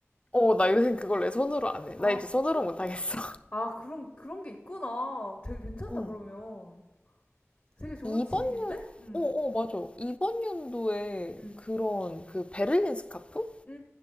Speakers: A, on the left; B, on the left.
A: 어, 나 요새 그걸 내 손으로 안 해.
B: 아,
A: 나 이제 손으로
B: 어.
A: 못 하겠어. <laughs>
B: 아, 그런, 그런 게 있구나. 되게 괜찮다,
A: 응.
B: 그러면. 되게 좋은
A: 이번
B: 취미인데?
A: 년,
B: 응,
A: 어, 어, 맞아. 이번 연도에
B: 응,
A: 그런 그 베를린 스카프?
B: 응,